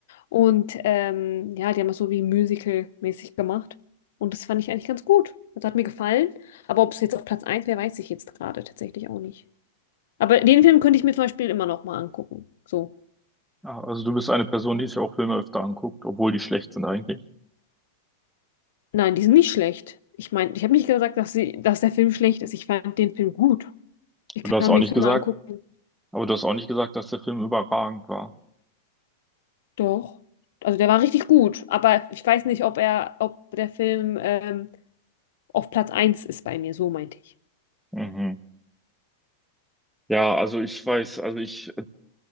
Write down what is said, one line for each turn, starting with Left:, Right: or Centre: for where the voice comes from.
Left: Und ähm, ja, die haben das so wie Musical-mäßig gemacht. Und das fand ich eigentlich ganz gut. Das hat mir gefallen. Aber ob es jetzt auf Platz eins, wäre, weiß ich jetzt gerade tatsächlich auch nicht. Aber den Film könnte ich mir zum Beispiel immer noch mal angucken. So.
Centre: Ah, Also du bist eine Person, die sich auch Filme öfter anguckt, obwohl die schlecht sind eigentlich.
Left: Nein, die sind nicht schlecht. Ich meine, ich habe nicht gesagt, dass sie, dass der Film schlecht ist. Ich fand den Film gut. Ich
Centre: Und
Left: kann
Centre: Du hast auch
Left: mir
Centre: nicht
Left: Filme
Centre: gesagt,
Left: angucken,
Centre: aber du hast auch nicht gesagt, dass der Film überragend war.
Left: Doch. Also der war richtig gut, aber ich weiß nicht, ob er, ob der Film ähm, auf Platz eins ist bei mir, so meinte ich.
Centre: Mhm. Ja, also ich weiß, also ich,